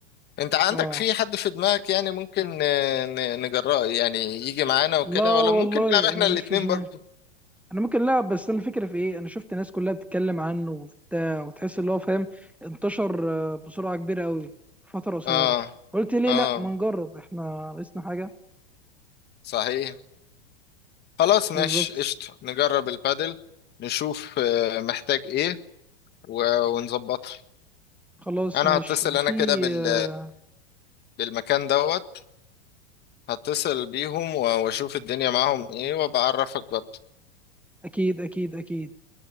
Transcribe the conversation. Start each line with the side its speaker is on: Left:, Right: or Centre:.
Left: انت عندك
Centre: اه
Left: في حد في دماغك يعني ممكن آه، ن- نجراه يعني يجي معانا وكده
Centre: لا
Left: ولا
Centre: والله
Left: ممكن نلعب احنا
Centre: انا
Left: الاتنين
Centre: مش في دماغي
Left: برضو
Centre: انا ممكن لا بس انا الفكره في ايه انا شفت ناس كلها بتتكلم عنه وبتاع وتحس اللي هو فاهم انتشر آه، بسرعه كبيره قوي في فتره قصيره
Left: اه
Centre: قلت ليه
Left: اه
Centre: لا ما نجرب احنا ناقصنا حاجه
Left: صحيح خلاص ماشي
Centre: بالظبط
Left: قشطة نجرب البادل نشوف آه، محتاج ايه و- ونظبطها
Centre: خلاص
Left: انا
Centre: ماشي
Left: هتصل
Centre: وفي
Left: انا كده بال-
Centre: آه،
Left: بالمكان دوت هتصل بيهم و- واشوف الدنيا معاهم ايه وبعرفك برضو
Centre: اكيد اكيد اكيد